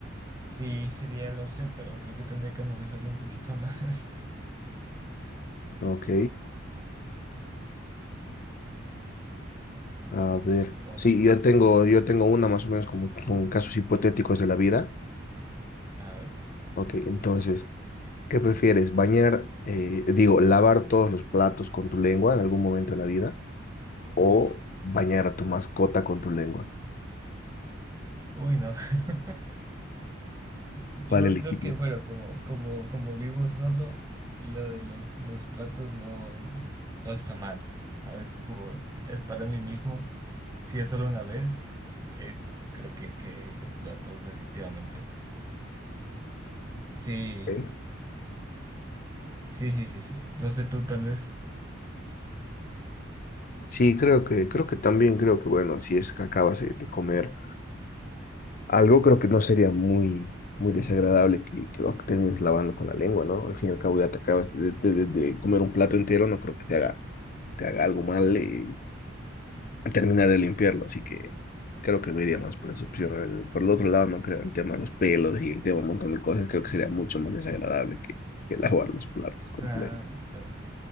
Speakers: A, on the right; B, on the left.
A: Sí, sería la opción, pero creo que tendría que analizarlo un poquito más. <laughs>
B: Ok, a ver.
A: Ok,
B: Sí, yo tengo, yo tengo una más o menos como son casos hipotéticos de la vida.
A: a ver.
B: Ok, entonces, ¿qué prefieres? ¿Bañar, eh, digo, lavar todos los platos con tu lengua en algún momento de la vida o
A: Uy,
B: bañar a tu mascota con tu lengua?
A: uy, no. <laughs> Yo
B: ¿Cuál elegirías?
A: creo que, bueno, como, como, como vivo solo, lo de los, los platos no, no está mal. ¿Sabes? Como es para mí mismo. Si es solo una vez, es creo que, que los platos, definitivamente. Sí,
B: Ok.
A: sí, sí, sí, sí. No sé tú, tal vez.
B: Sí, creo que, creo que también, creo que bueno, si es que acabas de de comer. Algo creo que no sería muy, muy desagradable que, que lo termines lavando con la lengua, ¿no? Al fin y al cabo ya te acabas de, de- de- de comer un plato entero, no creo que te haga, te haga algo mal y terminar de limpiarlo, así que creo que me iría más por esa opción. El- por el otro lado, no creo el tema de los pelos y el tema de un montón de cosas, creo que sería mucho más desagradable que, que lavar los platos con
A: Claro,
B: la lengua.
A: claro.